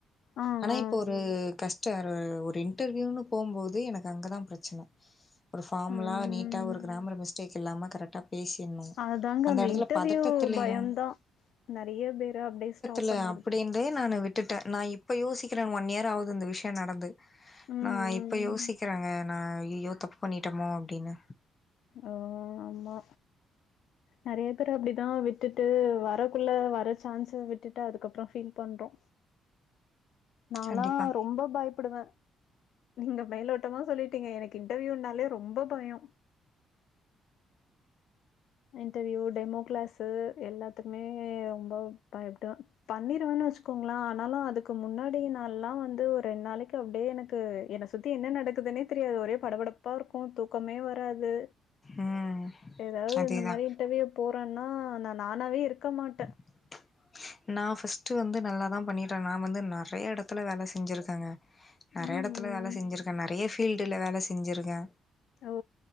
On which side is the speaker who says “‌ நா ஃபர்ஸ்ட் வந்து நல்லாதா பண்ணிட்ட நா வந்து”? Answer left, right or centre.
Left